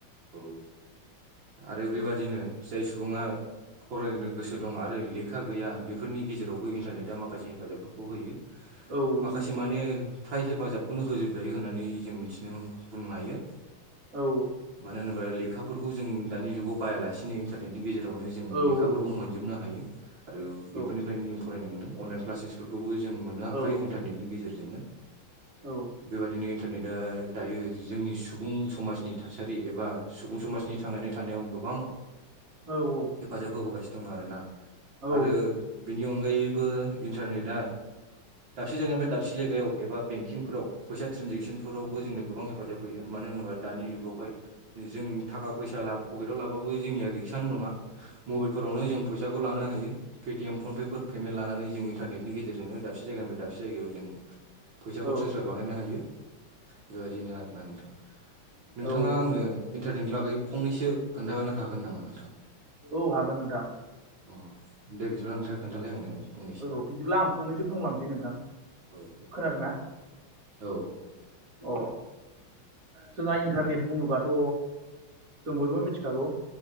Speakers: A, on the right; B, on the right.
A: औ आरो बेबादिनो जाय सुबुङा फरायनो गोसो दं आरो लेखा गैया बेफोरनि गेजेरावबो इन्टारनेटआ माखासे हेफाजाबफोरखौ होयो।
B: औ नंगौ
A: माखासे
B: नंगौ
A: माने फ्राय हेफाजाबखौनो होजोबजायो होननानै जों मिथिनो बुंनो हायो।
B: औ।
A: मानो होनोबा लेखाफोरखौ जों दानिुगाव बायालासिनो इन्टार नेटनि गेजेरजोंनो जोङो
B: औ
A: लेखाफोरखौबो
B: औ नंगौ
A: मोनजोबनो हायो आरो
B: औ
A: बेफोरनिफ्रायनो जों फरायनो मोनो अनलाइन क्लासेसफोरखौबो जों मोननो हाखायो
B: औ
A: इन्टारनेटनि गेजेरजोंनो।
B: औ
A: बेबादिनो इन्टारनेटआ दायो जोंनि सुबुं समाजनि थासारि एबा सुबुं समाजनि थांनानै थानायाव गोबां
B: औ औ।
A: हेफाजाब होबोगासिनो दं आरोना
B: औ नंगौ औ
A: आरो बेनि अनगायैबो इन्टारनेटआ दाबसे जायगानिफ्राय दाबसे जायगायाव एबा बेंकिंफोराव फैसा ट्रेनजेकसनफोरावबो जोंनो गोबां हेफाजाब होयो मानो होनोबा दानि जुगावहाय जों थाखा फैसा पकेटाव लाबाबो जोंनिया रिक्सानो नङा मबाइलफोरावनो जों फैसाखौ लानो हायो पेटिएम फनपे फोर पेमेन्ट लानानै जों इन्टारनेटनि गेजेरजों दाबसे जायगानिफ्राय दाबसे जायगायाव जों फैसाखौ
B: औ
A: ट्रेन्सफार बानायनो हायो बेबायदिनो आरोना नोंथां।
B: औ
A: नोंथाङा आंनो
B: औ
A: इन्टारनेटनि बागै फंनैसो खोन्थानो हागोन नामा नोंथां?
B: औ हागोन नोंथां।
A: अ दे बिदिब्ला नोंथाङा खोन्थालाय आंनो फंनैसो।
B: औ बिदिब्ला आं फंनैसो बुंलांसै नोंथां
A: औ
B: खोनादोंना
A: औ।
B: अ जोंहा इन्टारनेट बुङोबाथ' जों बयबो मिथिखागौ